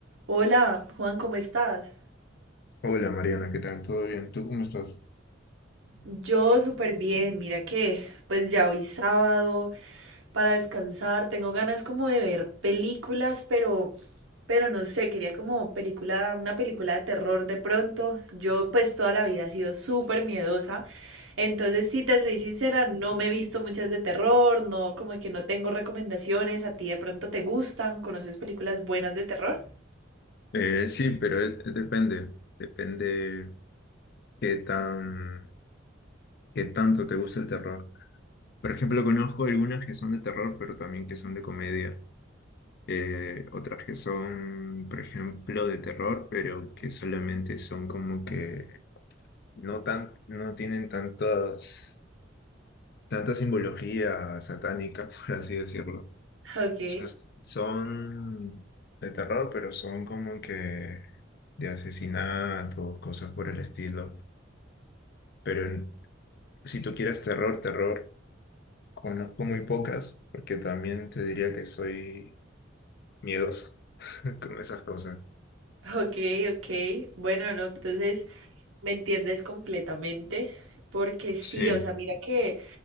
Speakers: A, on the right (about 85°); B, on the left (about 55°).
A: Hola, Juan, ¿cómo estás?
B: Hola Mariana, ¿qué tal? ¿Todo bien? ¿Tú cómo estás?
A: Yo súper bien, mira que pues ya hoy sábado para descansar, tengo ganas como de ver películas, pero pero no sé, quería como película, una película de terror de pronto. Yo pues toda la vida he sido súper miedosa, entonces si te soy sincera, no me he visto muchas de terror, no como que no tengo recomendaciones, a ti de pronto te gustan, ¿conoces películas buenas de terror?
B: Eh, sí, pero es- es depende, depende qué tan, qué tanto te gusta el terror. Por ejemplo, conozco algunas que son de terror, pero también que son de comedia. Eh, otras que son, por ejemplo, de terror, pero que solamente son como que no tan, no tienen tantas, tanta simbología satánica, <laughs> por así decirlo. O
A: Ok,
B: sea, son de terror, pero son como que de asesinatos, cosas por el estilo. Pero en- si tú quieres terror, terror, conozco muy pocas, porque también te diría que soy miedoso <laughs> con esas cosas.
A: ok, ok. Bueno, no, entonces Me entiendes completamente, porque sí,
B: Sí,
A: o sea, mira que,